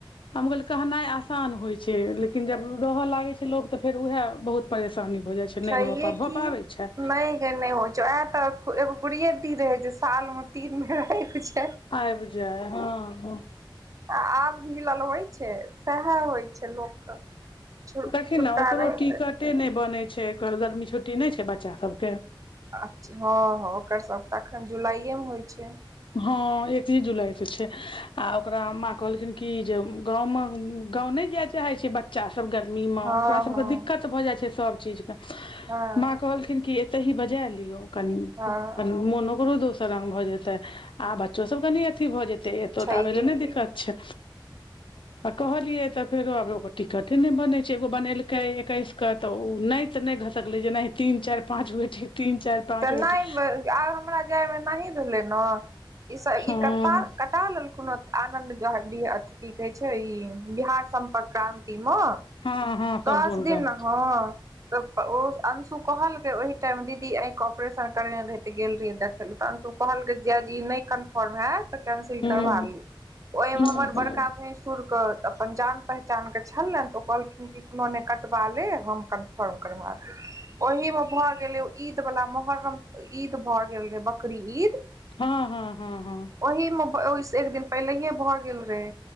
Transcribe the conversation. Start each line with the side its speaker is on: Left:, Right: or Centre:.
Left: हम कहलिये कहनाइ आसान होइ छै छै लेकिन जब रहय लागे छै लोग तऽ फेर उएह बहुत परेशानी भए जाय छै
Right: छैहे
Left: नहि भऽ पाबै छै भऽ
Right: की
Left: पाबै छै
Right: नहि नहि होय छै औहेत एगो गुरिया दी रहे छै साल में तीन बेर आयब जय छलय
Left: आयब जाय हँ ह
Right: आ आब मिलल होइ छै सएह होइ छै लोकके छु
Left: देखी
Right: छुट्टा
Left: ने ओकरो
Right: रही
Left: टिकटे
Right: तऽ
Left: नहि बनै छै ओकरऽ गर्मी छुट्टी नहि छै बच्चा सभके
Right: हँ हँ ओकर सभ तऽ एखन जुलाइएमे होइत छै
Left: हँ एक ह जुलाई से छै आ ओकरा माँ कहलखिन की जे गाँवमे गाँ नहि जाइ चाहै छै बच्चा सब गर्मी मे
Right: हँ
Left: ओकरा सबके
Right: हँ
Left: दिक्कत भऽ जाइ छै सब चीज के
Right: हँ
Left: म कहलखिन की एते ही बजा लियऔ कनि
Right: हँ
Left: कनी मोन ओकरो दोसर रंग भऽ जेत तऽ आ बच्चो सब कनी अथी भऽ जेतै एतौ
Right: छैहे
Left: तऽ आबै लए
Right: की
Left: नहि दिक्कत छै आ कहलियै तऽ फेरो आब एगो टिकटे ने बने छै एगो बनेलके एकैस क तऽ ओ नहि तऽ नहि घसकलै जेना तीन चारि पाँच होयत तीन चारि पाँच
Right: तऽ नहि
Left: गोटी
Right: आब हमरा जायमे एनहि भेलै ने ई सब
Left: हँ
Right: ईता कटा लेलखुन आनन्द अथि की कहै छै ई बिहार संपर्क क्रान्तिमे
Left: हँ हँ सम्पूर्ण
Right: दस दिन नहि हँ त ओ अंशु कहलक ओहि टाइम दीदी अइंख क ऑपरेशन करे रहे ते गेल रहियै देखे ले त अंशु कहलकै जिजाजी ई नहि कन्फर्म होयैत कैंसिल
Left: हूँ
Right: करबा ली ओहिमे
Left: हूँ
Right: हमर बड़का भैस सुर के अपन जान पहचान के छल तऽ ओ कहलखिन कोनो ने कटवा ले हम कन्फर्म करबा देबौ‌ ओहि मे भऽ गेलै ईद बला मोहर्रम ईद भए गेल रहे बकरीद
Left: हँ हँ हँ हँ
Right: ओहिमे ओहिस एक दिन पहिलेे भऽ गेल रहे